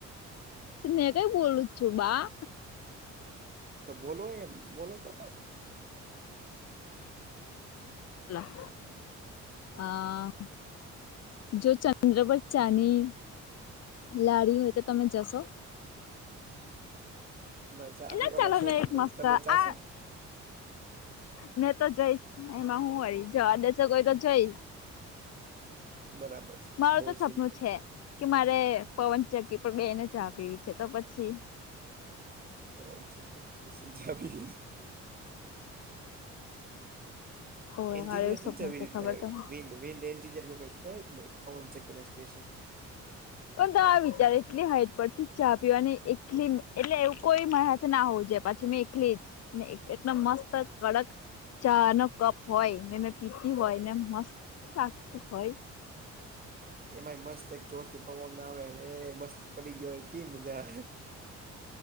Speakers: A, on the left (about 55°); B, on the right (about 30°).
A: મેં કઈ બોલું છું બા
B: તો બોલો એમ બોલો તો
A: એલા હા જો ચંદ્ર પરળ ચાની લાડી હોય તો તમે જશો.
B: ના ચા પીવાનો
A: એ ચાલોને
B: શોખ
A: એક
B: જ નથી
A: મસ્તા
B: તમે જાશો
A: આ મેં તો જઈશ એમાં હું હ જો આ દેશો કોઈ તો જઈશ.
B: બરાબર છે.
A: મારું
B: બહુ
A: તો
B: સિમ્પલ
A: સપનું છે કે મારે પવનચગી પણ બેને ચા પીવી છે તો પછી.
B: કોન છે કે પસજ આપી લઈશ
A: હોવે
B: એન્જિનિયર
A: મારે એવું
B: થી
A: સપનું
B: જ એવી
A: છે
B: રીતના
A: ખબર
B: ક
A: તમને
B: વિન્ડ વિડ એન્િયરઈ કહેવાય ન પવન ચ કે સ્પેશિલ.
A: પણ તો આ વિચાર એટલી હાઈટ પરથી. ચા પી અને એકલી એટલે એવું કોઈ મત ના હોવું જો પછી મેં એકલી જ ને એટલા મસ્ત કડક ચા નો કપ હોય ને પીતી હોય ને મસ્ત શકત હોય.
B: એમાં મસ્ત એક જોર થી પવન ના આવેને એ મસ્ત પડી ગયો હોય કે મજા આવે.